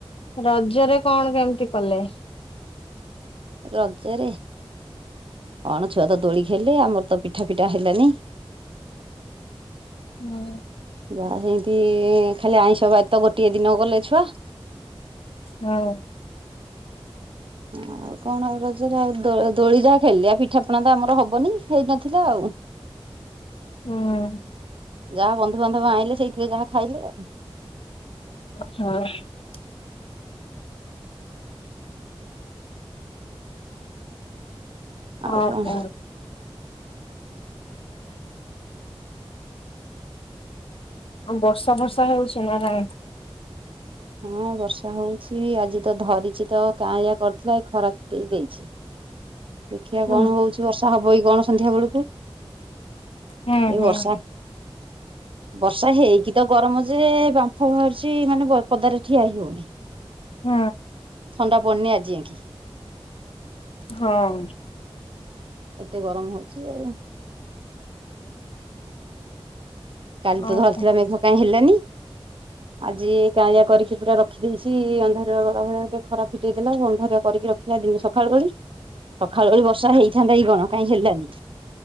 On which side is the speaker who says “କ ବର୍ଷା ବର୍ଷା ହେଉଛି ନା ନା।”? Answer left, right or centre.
Left